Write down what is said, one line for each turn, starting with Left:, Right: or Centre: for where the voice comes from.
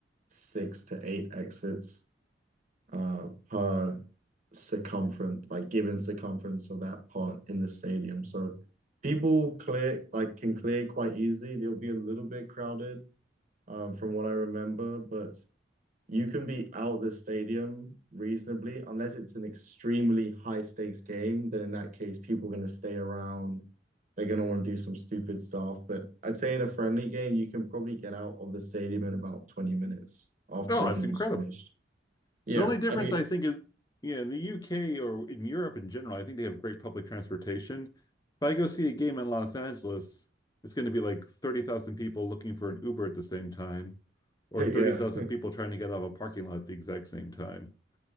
Right: six to eight exits uh, per circumference, like given circumference of that part in the stadium. So people clear like can clear quite easily. They'll be a little bit crowded um, from what I remember, but you can be out of the stadium reasonably, unless it's an extremely high stakes game. Then in that case, people are going to stay around. They're going to want to do some stupid stuff. But I'd say in a friendly game, you can probably get out of the stadium in about 20 minutes after
Left: Oh,
Right: the
Left: it's
Right: game
Left: incredible.
Right: is finished. Yeah.
Left: The only difference
Right: I mean,
Left: I think is, yeah, in the UK or in Europe in general, I think they have great public transportation. If I go see a game in Los Angeles, it's going to be like 30,000 people looking for an Uber at the same time, or
Right: <laughs> yeah.
Left: 30,000 people trying to get out of a parking lot at the exact same time.